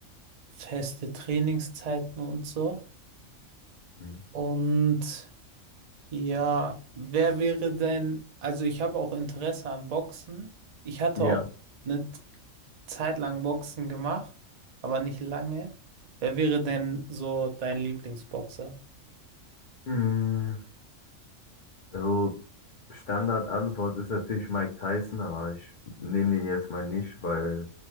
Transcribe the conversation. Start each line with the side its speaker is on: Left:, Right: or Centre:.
Right: feste Trainingszeiten und so.
Left: Mhm.
Right: Und ja, wer wäre denn, also ich habe auch Interesse an Boxen. Ich hatte
Left: Ja.
Right: auch eine Zeit lang Boxen gemacht, aber nicht lange. Wer wäre denn so dein Lieblingsboxer?
Left: Mm, Also Standardantwort ist natürlich Mike Tyson, aber ich nehme den jetzt mal nicht, weil